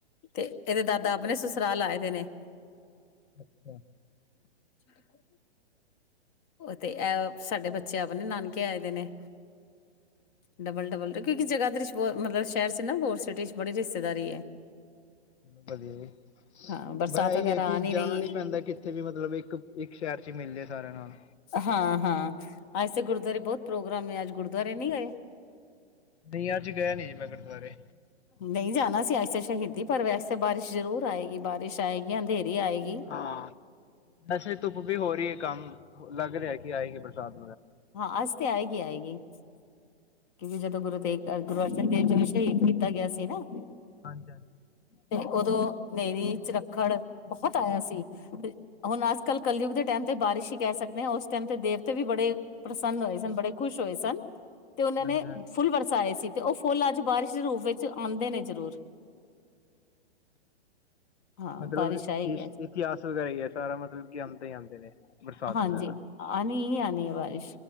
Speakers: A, on the left; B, on the left.
A: ਤੇ ਇਹਦੇ ਦਾਦਾ ਆਪਣੇ ਸੁਸੁਰਾਲਾਏ ਦੇ ਨੇ
B: ਅੱਛਾ
A: <unintelligible> ਉਹ ਸਾਡੇ ਬੱਚੇ ਆਪ ਨੇ ਨਾਨਕੇ ਆਏ ਦੇ ਨੇ ਡਬਲ ਡਬਲ ਕਿਉਂਕਿ ਜਗ੍ਹਾ ਤੇ ਰਿ ਮਤਲਬ ਸ਼ਹਿਰ ਚ ਨਾ ਬੋਲ ਸਿਟੀ ਚ ਬੜੀ ਰਿਸ਼ਤੇਦਾਰੀ ਹੈ
B: ਚ ਵਧੀਆ ਜੀ
A: ਹਾਂ ਬਰਸਾਤ
B: ਬ ਇਹੀ
A: ਵਗੈਰਾ
B: ਹੈ ਕਿ
A: ਆ ਨਹੀਂ
B: ਜਾਣਾ
A: ਰਹੀ
B: ਨੀ
A: ਹੈ।
B: ਪੈਂਦਾ ਕਿੱਥੇ ਵੀ ਮਤਲਬ ਇੱਕ ਇੱਕ ਸ਼ਹਿਰ ਚ ਮਿਲ ਜਾ ਸਾਰੇਿਆਂ ਨਾਲ
A: ਹਾਂ ਹਾਂ ਅੱਜ ਤੇ ਗੁਰਦੁਆਰੇ ਬਹੁਤ ਪ੍ਰੋਗਰਾਮ ਨੇ ਅੱਜ ਗੁਰਦੁਆਰੇ ਨਹੀਂੀ ਗਏ
B: ਨਆਂ ਚ ਗਿਆ ਨੀ ਜੇ ਮੈਂ ਗੁਰਦੁਆਰੇ
A: ਨਹੀਂ ਜਾਣਾ ਸੀ ਅੱਜ ਤਾਂ ਸ਼ਹੀਦੀ ਪਰ ਵੈਸੇ ਬਾਰਿਸ਼ ਜ਼ਰੂਰ ਆਏਗੀ ਬਾਰਿਸ਼ ਆਏਗੀ ਅੰਧੇਰੀ ਆਏਗੀ
B: ਹਾਂ ਵਸੇ ਧੁੱਪ ਵੀ ਹੋ ਰਹੀ ਹੈ ਕੰਮ ਲੱਗ ਰਿਹਾ ਕਿ ਆਏਗੇ ਪ੍ਰਸਾਦ
A: ਹਾਂ ਅਸਤੇ ਆਏਗੀ ਆਏਗੀ <unintelligible> ਕਿਉਂਕਿ ਜਦੋਂ ਗੁਰੂ ਦੇਵ ਗੁਰੂ ਅਰਜਨ ਦੇਵ ਜ ਸ਼ਹੀਦ ਕੀਤਾ ਗਿਆ ਸੀ ਨਾ
B: ਹਾਂਜੀ ਹਾਂਜੀ
A: ਤੇ ਉਦੋਂ ਨਰੀ ਚਰੱਖੜ ਬਹੁਤ ਆਇਆ ਸੀ ਤੇ ਹੁਣ ਅੱਜ ਕੱਲ੍ਹ ਕਲਯੁਗ ਦੇ ਟਾਈਮ ਤੇ ਬਾਰਿਸ਼ ਹੀ ਕਹਿ ਸਕਦੇ ਹਾਂ ਉਸ ਟਾਈਮ ਤੇ ਦੇਵਤੇ ਵੀ ਬੜੇ ਪ੍ਰਸੰਨ ਹੋਏ ਸਨ ਬੜੇ ਖੁਸ਼ ਹੋਏ ਸਨ ਤੇ ਉਹਨਾਂ
B: ਹਾਂਜੀ
A: ਨੇ
B: ਹਾਂਜੀ ਹਾਂਜੀ
A: ਫੁੱਲ ਵਰਸਾਏ ਸੀ ਅਤੇ ਉਹ ਫੁੱਲ ਅੱਜ ਬਾਰਿਸ਼ ਦੇ ਰੂਪ ਵਿੱਚ ਆਉਂਦੇ ਨੇ ਜ਼ਰੂਰ ਹਾਂ
B: ਮਤਲਬ
A: ਬਾਰਿਸ਼ ਆ ਹੀ
B: ਇਸ
A: ਗਿਆ
B: ਇਤਿਹਾਸ ਵਗੈਰਾ ਹੀ ਹੈ ਸਾਰਾ ਮਤਲਬ ਕਿ ਆਉਂਦੇ ਹੀ ਆਉਂਦੇ ਨੇ ਬਰਸਾਤ
A: ਹਾਂਜੀ
B: ਵਗੈਰਾ
A: ਆਉਣੀ ਹੀ ਆਉਣੀ ਆ ਬਾਰਿਸ਼